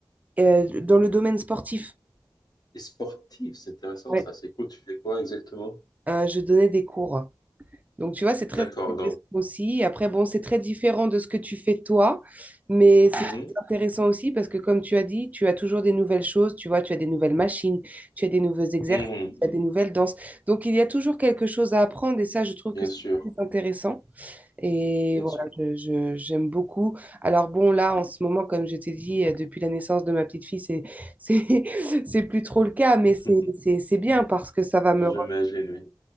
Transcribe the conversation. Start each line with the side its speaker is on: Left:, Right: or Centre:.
Right: Euh, dans le domaine sportif.
Left: Et sportif, c'est intéressant,
Right: Ouais.
Left: ça. C'est cool. Tu fais quoi exactement?
Right: euh, je donnais des cours. Donc, tu vois, c'est très
Left: D'accord,
Right: intéressant
Left: donc.
Right: aussi. Après, bon, c'est très différent de ce que tu fais toi, mais
Left: Mhm.
Right: c'est très intéressant aussi parce que, comme tu as dit, tu as toujours des nouvelles choses, tu vois, tu as des nouvelles machines, tu as des nouveaux exercices,
Left: Mhm.
Right: tu as des nouvelles danses. Donc, il y a toujours quelque chose à apprendre et ça, je trouve
Left: Bien
Right: que c'est
Left: sûr,
Right: très intéressant. Et
Left: bien
Right: voilà,
Left: sûr.
Right: je, je- j'aime beaucoup. Alors bon, là, en ce moment, comme je t'ai dit, euh, depuis la naissance de ma petite fille, c'est, c'est, <laughs> c'est plus trop le cas, mais
Left: <laughs>
Right: c'est, c'est, c'est bien parce que ça va me
Left: J'imagine, oui.